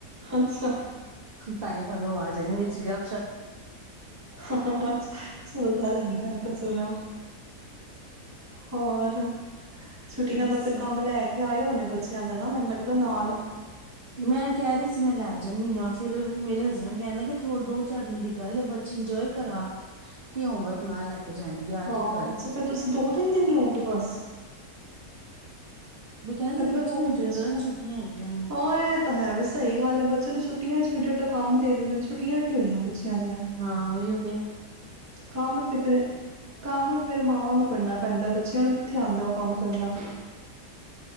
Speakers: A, on the right (about 20°); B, on the right (about 70°).
A: ਅੱਛਾ
B: ਤਾਸ਼ਈ ਤੁਹਾਨੂੰ ਆਵਾਜ਼ ਦੇ ਵਿੱਚ ਗ
A: ਹਾਂ ਹਾਂ ਸੁਲਦਾ ਰਦਾ ਤਾਂ ਚਲਾਓ। ਹੋਰ ਛੁੱਟੀਆਂ
B: ਬਸ
A: ਦਾ ਫਿਰ ਕੰਮ ਲੈ ਕੇ ਆਏ ਹੋਣੇ ਬੱਚੇ ਜ਼ਿਆਦਾ ਨਾ ਮੈਨੂੰ ਲੱਗਦਾ ਨਾਲ
B: ਮੈਂ ਕਹਿ ਰਹੀ ਸੀ ਮੈਂ ਲੈ ਜਾਂਦੀ ਹਾਂ। ਫਿਰ ਮੇਰੇ ਹਸਬੈਂਡ ਕਹਿਣਦੇ ਕਿ ਥੋਰ ਦੋ ਚਾਰ ਦਿਨ ਦੀ ਗੱਲ ਹੈ। ਬੱਚੇ ਇੰਜੋਏ ਕਰਾ ਕੇ ਹੋਮਵਰਕ ਨਾਲ ਲੈ ਕੇ ਜਾਏਗੀ ਆ
A: ਹਾਂ
B: ਕੇ ਕਰਾਈ।
A: ਅੱਛਾ ਫਿਰ ਤੁਸੀਂ ਦੋ ਤਿੰਨ ਦਿਨ ਰਹੋਗੇ ਬਸ
B: ਬ ਕਿੰਦੇ ਸੀ
A: ਮਤਲਬ
B: ਬੱਚੇ
A: ਉਵੇਂ
B: ਦੇ ਇੰਜੋਏ
A: ਅੱਛਾ
B: ਕਰਨ
A: ਹਾਂ
B: ਛੁੱਟੀਆਂ ਹੈਗੀਆਂ ਨੇ
A: ਇਹ ਤਾਂ ਹੈ ਵੈ ਸਹੀ ਗੱਲ ਹੈ ਬੱਚੇ ਨੂੰ ਛੁੱਟੀਆਂ ਚ ਫੇਡ ਕੰਮ ਦੇ ਦਿੰਦੇ ਛੁੱਟੀਆਂ ਕੀ ਹੋਈਆਂ ਬੱਚਿਆਂ ਦੀਆਂ
B: ਹਾਂ ਉਹੀਓ ਤੇ
A: ਕਮ ਫਿਰ ਤੇ ਕੰਮ ਵੀ ਫੇਰ ਮਾਵਾਂ ਨੂੰ ਕਰਨਾ ਪੈਂਦਾ ਬੱਚਿਆਂ ਨੂੰ ਕਿੱਥੇ ਆਉਂਦਾ ਉਹ ਕੰਮ ਕਰਨਾ